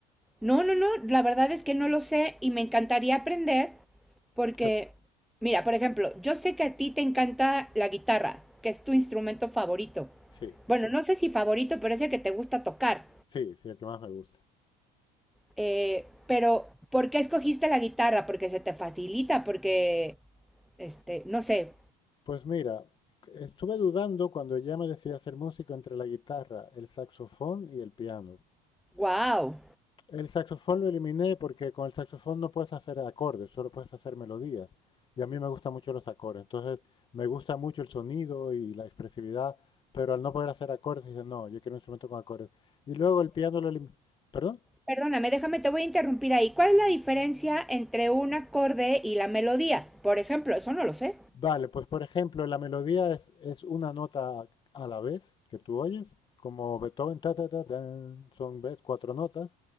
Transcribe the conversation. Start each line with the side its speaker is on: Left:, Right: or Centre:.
Centre: No, no, no, la verdad es que no lo sé y me encantaría aprender porque,
Left: Te-
Centre: mira, por ejemplo, yo sé que a ti te encanta la guitarra, que es tu instrumento favorito.
Left: sí,
Centre: Bueno, no sé si favorito, pero es el que te gusta tocar.
Left: sí, sí, el que más me gusta.
Centre: Eh, pero, ¿por qué escogiste la guitarra? Porque se te facilita, porque, este, no sé,
Left: Pues mira, estuve dudando cuando ya me decidí a hacer música entre la guitarra, el saxofón y el piano,
Centre: wow.
Left: El saxofón lo eliminé porque con el saxofón no puedes hacer acordes, solo puedes hacer melodías. Y a mí me gustan mucho los acordes. Entonces, me gusta mucho el sonido y la expresividad, pero al no poder hacer acordes, dije, no, yo quiero un instrumento con acordes. Y luego el piano lo eliminé. ¿Perdón?
Centre: Perdóname, déjame, te voy a interrumpir ahí. ¿Cuál es la diferencia entre un acorde y la melodía? Por ejemplo, eso no lo sé.
Left: Vale, pues por ejemplo, la melodía es, es una nota a la vez que tú oyes, como Beethoven, ta, ta, ta, tan, son ves, cuatro notas.